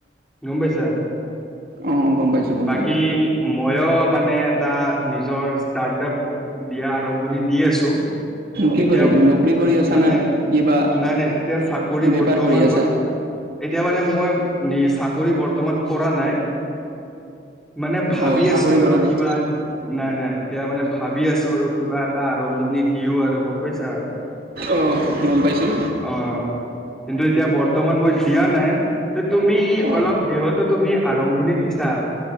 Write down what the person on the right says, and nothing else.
অ গম পাইছোঁ গম
পাইছোঁ
কি
কৰি তুমি নকৰি কৰি আছা
না কিবা
বেপাৰ
কৰি আছা
অ চাকৰি
কৰা নাই
অঁ, গম পাইছোঁ।
অ